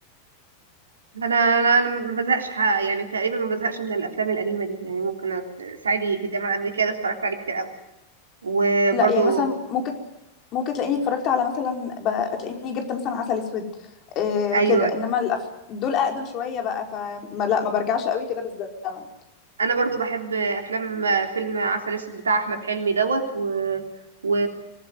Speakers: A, on the right (about 70°); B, on the left (about 35°).
A: انا انا أنا ما بزهقش ح- يعني تقريبا ما بزهقش من الافلام القديمه دي يعني ممكن أت- صعيدي في الجامعه الامريكيه ده اتفرجت عليه كتير قوي وبرضو
B: لا يعني مثلا ممكن ممكن تلاقيني اتفرجت على مثلا ب- تلاقيني جبت مثلا عسل اسود إيه
A: ايوه
B: كده انما الأف... دول اقدم شوية بقى فما لا ما برجعش قوي كده بالزمن
A: انا برضو بحب افلام آه، فيلم عسل اسود بتاع احمد حلمي دوت و, و...